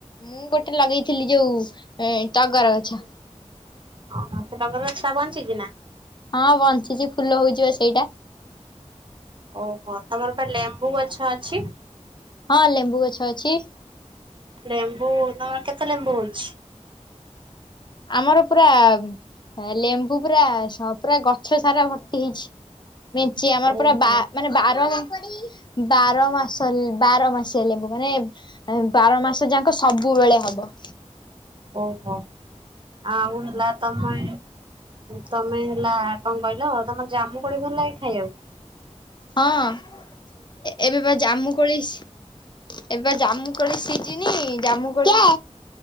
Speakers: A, on the left; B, on the right.
A: ମୁଁ ଗୋଟେ ଲଗେଇଥିଲି ଯୋଉ ଉମ୍ ଏ ଟଗର ଗଛ।
B: ଓହୋ। ସେ ଟଗର ଗଛଟା ବଞ୍ଚିଛି ନା?
A: ହଁ ବଞ୍ଚିଛି, ଫୁଲ ହଉଚି ବା ସେଇଟା।
B: ଓହୋ। ତମର ପା ଲେମ୍ବୁ ଗଛ ଅଛି?
A: ହଁ, ଲେମ୍ବୁ ଗଛ ଅଛି।
B: ଲେମ୍ବୁ, ତମର କେତେ ଲେମ୍ବୁ ହଉଛି?
A: ଆମର ପୁରା ଲେମ୍ବୁ ପୁରା ସ ପୁରା ଗଛ ସାରା ଭର୍ତ୍ତି ହେଇଛି। ମେଞ୍ଚେ, ଆମର
B: ଓହୋ
A: ପୁରା ବା ମାନେ ବାର ବାରମାସ ଲେ ବାରମାସିଆ ଲେମ୍ବୁ ମାନେ ଏ ବାର ମାସ ଯାଙ୍କ ସବୁବେଳେ ହବ।
B: ଓହୋ। ଆଉ ହେଲା ତମେ ତମେ ହେଲା କଣ କହିଲ, ତମର ଜାମୁ କୋଳି ଭଲ ଲାଗେ ଖାଇବାକୁ?
A: ହଁ, ଏ-ଏବେ ବା ଜାମୁ କୋଳି ସି ଏବେ ବା ଜାମୁକୋଳି ସିଜିନି, ଜାମୁ କୋଳି